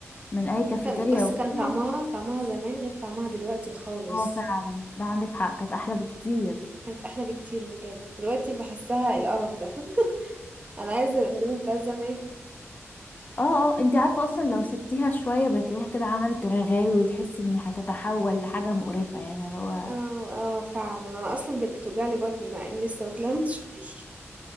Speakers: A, on the left; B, on the right.
A: من اي كافيتيريا
B: كان بس
A: وكده
B: كان طعمها طعمها زمان غير طعمها دلوقتي خالص،
A: اه فعلا ده عندك حق كانت احلى بكتير
B: كانت أحلى بكتير بجد، دلوقتي باحسّها القرف ده <laughs> أنا عايزة الأندومي بتاع زمان.
A: اه اه انت عارفة اصلا لو سبتيها شوية بتلاقيها كده عملت رغاوي وتحسي ان هتتحول لحاجة مقرفة يعني اللي هو
B: آه، آه فعلًا، أنا أصلًا بقت بتوجع لي بطني مع إني لسه واكلاها من شوية